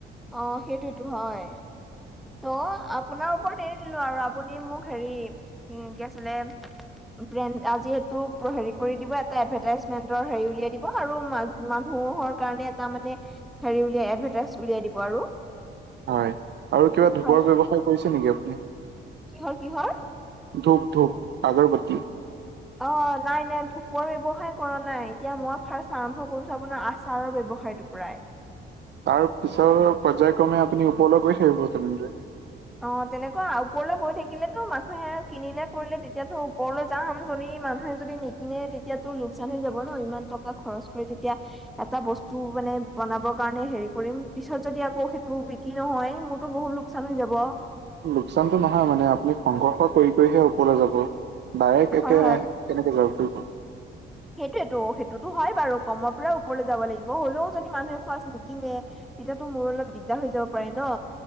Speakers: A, in the centre; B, on the right.
A: অ, সেইটোৱেতো হয়। ত, আপোনাৰ ওপৰত এৰি দিলো আৰু আপুনি মোক হেৰি উম, কি আছিলে ব্ৰেণ্ড আজি সেইটো হেৰি কৰি দিব এটা এডভাৰটাইজমেন্টৰ হেৰি উলিয়াই দিব আৰু মানুহৰ কাৰণে এটা মানে হেৰি উলিয়াই এডভাৰটাইজ উলিয়াই দিব আৰু।
B: হয় আৰু কিবা ধোবৰ
A: হয়।
B: ব্যৱসায় কৰিছে নেকি আপুনি।
A: কিহৰ - কিহৰ?
B: ধূপ - ধূপ আগৰ্বত্তি।
A: অ, নাই - নাই ধূপৰ ব্যৱসায় কৰা নাই এতিয়া মই ফাৰ্ষ্ট আৰম্ভ কৰিছো আপোনাৰ আচাৰৰ ব্যৱসায়ত। টোৰ পৰাই।
B: তাৰ পিছৰ পৰ্যায়ক্ৰমে আপুনি ওপৰলৈ গৈছে <unintelligible> থাকিব তেনেৰে
A: অ, তেনেকুৱা ওপৰলৈ গৈ থাকিলেতো মানুহে কিনিলে কৰিলে তেতিয়াতো ওপৰলৈ যাম যদি মানুহে যদি নিকিনে তেতিয়াতো লোকচান হৈ যাব ন ইমান টকা খৰচ কৰি যেতিয়া এটা বস্তু মানে বনাব কাৰণে হেৰি কৰিম পিছত যদি আকৌ সেইটো কি নহয় মোৰতো বহুত লোকচান হৈ যাব।
B: লোকচানতটো নহয় মানে আপুনি সংঘৰ্ষ কৰি কৰিহে ওপৰলৈ যাব ডাইৰেক্ট
A: হয়
B: একে কেনেকে যাও কি কৰো,
A: সেইটোৱেতো সেইটোতো হয় বাৰু কমৰ পৰা ওপৰলৈ যাব লাগিব হ'লেও যদি মানুহে ফাৰ্ষ্ট নিকনে। তেতিয়াতো মোৰ অলপ দিগদাৰ হৈ যাব পাৰে ন।